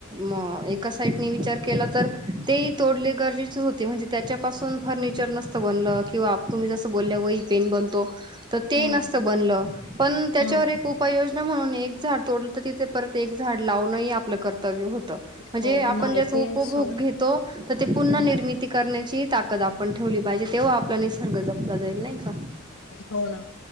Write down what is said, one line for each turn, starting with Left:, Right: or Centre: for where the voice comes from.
Right: म एका साईड ने‌ विचार केला तर ते तोडणे गरजेचे होते म्हणजे त्याच्या पासून फर्निचर नसतं बनलं किंवा आप तुम्ही जसं बोलल्या वही पेन बनतो तर ते
Left: हम्म
Right: नसतं बनलं पण त्याच्यावर
Left: हम्म
Right: एक‌ उपाय उपयोजना म्हणून एक झाड तोडलं तर तिथे परत एक झाड लावणही आपलं कर्तव्य होतं. म्हणजे
Left: हो
Right: आपण
Left: नाही
Right: जस
Left: ते
Right: उपभोग
Left: सोड
Right: घेतो तर ते पुन्हा
Left: हम्म
Right: निर्मिती करण्याची ताकद आपण ठेवली पाहिजे तेव्हा आपला निसर्ग जपला जाईल नाही. का
Left: हो ना.